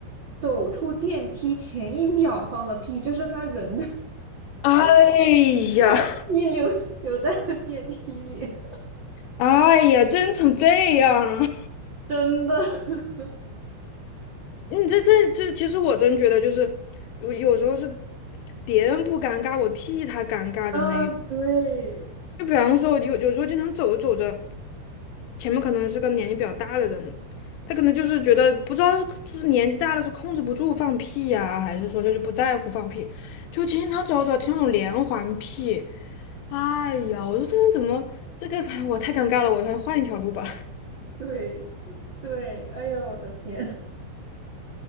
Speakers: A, on the right; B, on the left.
A: 走出电梯前一秒放的屁，就是他人
B: 哎呀，
A: <laughs> 一留留在了电梯里，
B: 哎呀，真成这样了！
A: 真的。<laughs>
B: <laughs> 你这这这，其实我真觉得就是，我有时候是别人不尴尬，我替他尴尬的那一种
A: 啊，对
B: 就比方说，有有时候经常走着走着，前面可能是个年纪比较大的人，他可能就是觉得不知道是就是年纪大了是控制不住放屁呀、还是说就是不在乎放屁，就经常走着走着听那种连环屁，哎呀，我说这人怎么这个 <laughs> 我太尴尬了，我还换一条路吧。
A: 对对，哎呦，我的天，<laughs>